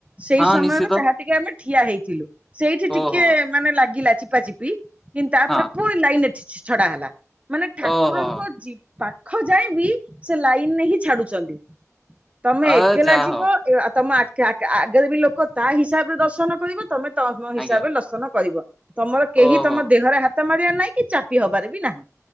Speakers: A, on the right; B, in the centre.
A: ସେଇ
B: ହଁ
A: ସମୟରେ
B: ନିଶ୍ଚିତ
A: ତ ଯାହା ଟିକେ ଆମେ ଠିଆ ହେଇଥିଲୁ। ସେଇଠି ଟିକେ
B: ଓହୋ ହୋ
A: ମାନେ ଲାଗିଲା ଚିପା ଚିପି। କିନ୍ତୁ ତାପରେ
B: ହଁ
A: ପୁଣି ଲାଇନଟ ଛଡା ହେଲା। ମାନେ ଠାକୁରଙ୍କ
B: ଓହୋ।
A: ଜୀବ ପାଖ ଯାଏ ବି ସେ ଲାଇନ ରେ ହିଁ ଛାଡୁଛନ୍ତି। ତମେ
B: ଅ
A: ଏକଲା
B: ଯାହା
A: ଯିବ
B: ହଉ
A: ଆଉ ତମ ଆ ଆଗରେ ବି ଲୋକ ତା ହିସାବରେ ଦର୍ଶନ କରିବ ତମେ ତମେ ତମ ହିସାବରେ
B: ଆଜ୍ଞା
A: ଦର୍ଶନ କରିବ ତମର କେହି
B: ଓହୋ।
A: ତମ ଦେହରେ ହାତ ହାତ ମାରିବାର ନାହିଁ କି ଚାପି ହବାର ବି ନାହିଁ।